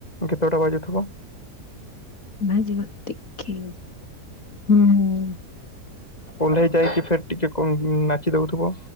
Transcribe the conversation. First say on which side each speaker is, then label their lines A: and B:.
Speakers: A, on the left (about 20°); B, on the left (about 50°).
A: ଗୀତଟା ବାଜୁଥିବ।
B: ଭଜିେ ଭତି ଖେ ହୁଁ।
A: ଓହ୍ଲେଇ ଯାଇକି ଫେର୍ ଟିକେ କଣ ନାଚି ଦେଉଥିବ।